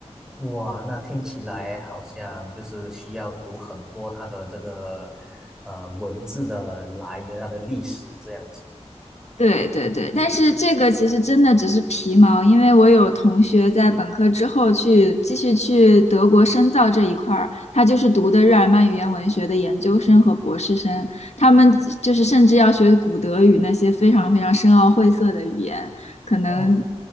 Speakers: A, in the centre; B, on the left.
A: 哇，那听起来好像就是需要读很多它的这个呃文字的来源，它的历史这样子。
B: 对对对，但是这个其实真的只是皮毛，因为我有同学在本科之后去继续去德国深造这一块儿，他就是读的日耳曼语言文学的研究生和博士生，他们就是甚至要学古德语那些非常非常深奥晦涩的语言，可能
A: 哦，